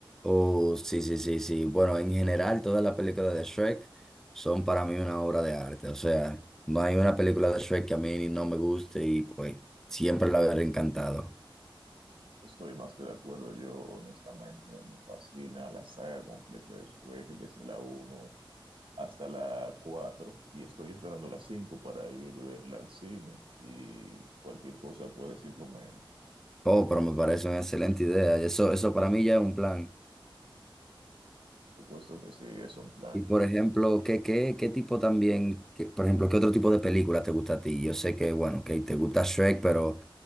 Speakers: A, in the centre; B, on the right.
A: Oh, sí, sí, sí, sí. Bueno, en general, todas las películas de Shrek son para mí una obra de arte. O sea, no hay una película de Shrek que a mí no me guste y pues siempre la veré encantado.
B: Estoy más que de acuerdo, yo honestamente me fascina la saga completa de Shrek, desde la uno hasta la cuatro y estoy esperando la 5 para ir a verla al cine, y cualquier cosa puedes ir conmigo.
A: Oh, pero me parece una excelente idea. Eso, eso para mí ya es un plan.
B: Por supuesto que sí, es un plan.
A: Y por ejemplo, ¿qué, qué, qué tipo también, qué- por ejemplo, qué otro tipo de película te gusta a ti? Yo sé que, bueno, que te gusta Shrek, pero...